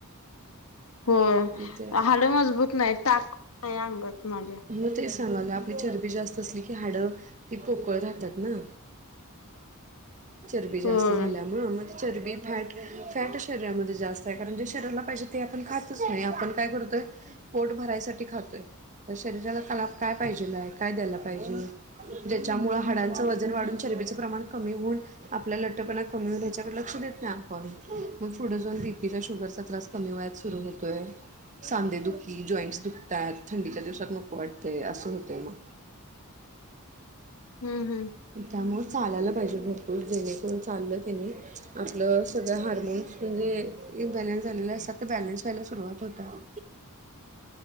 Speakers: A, on the left; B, on the right.
A: हो
B: मग ते
A: हाड मजबूत नाही ताकत नाही अंगात माझ्या
B: मग ते सांगालोय आपली चरबी जास्त असली की हाडं ती पोकळ राहतात ना.
A: <inaudible>
B: चरबी जास्त
A: होय
B: झाल्यामूळ म ती चरबी फॅट फॅट शरीरामधे जास्त आहे कारण जे शरीराला पाहिजे ते आपण खातच नाही आपण काय करतोय पोट भरायसाठी खातोय. तर शरीराला कला काय पाहिजे नाही काय द्यायला पाहिजे. ज्याच्यामुळे हाडांचं वजन वाढून चरीबच प्रमाण कमी होऊन आपला लट्ठपणा कमी होईल याच्याकडे लक्ष देत नाही आपण मग पुढ जाऊन बीपीचा शुगरचा त्रास कमी वयात सुरू होतो. सांधे दुखी जॉईंट्स दुखतात थंडीच्या दिवसात नको वाटते असं होतय मग
A: हम्म हम्
B: त्यामुळं चालायला पाहिजे भरपूर जेणेकरून चाललं की नई आपलं सगळ हार्मोन्स म्हणजे इनबॅलेन्स झालेले असतात तर बॅलेन्स व्हायला सुरुवात होतात.